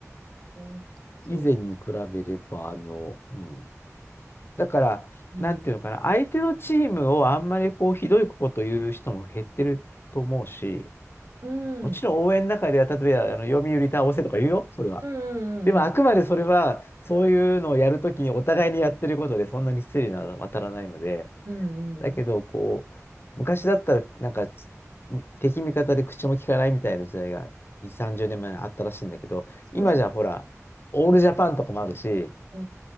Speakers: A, on the right; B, on the left.
A: え。きょ
B: 以前に比べれば、あの、うん。だから、
A: うん。
B: なんていうのかな、相手のチームをあんまりこう、ひどいこと言う人も減ってると思うし、
A: うん。
B: もちろん応援の中では、例えば、あの、読売倒せとか言うよ、それは。
A: うんうんうんうん。
B: でも、あくまでそれは、そういうのをやるときにお互いにやってることで、そんなに失礼なのは当たらないので、
A: うんうん。
B: だけど、こう、昔だったら、なんか、敵味方で口も聞かないみたいな時代が2、30年前あったらしいんだけど、
A: そうだ
B: 今じゃほら、オールジャパンとかもあるし、
A: よう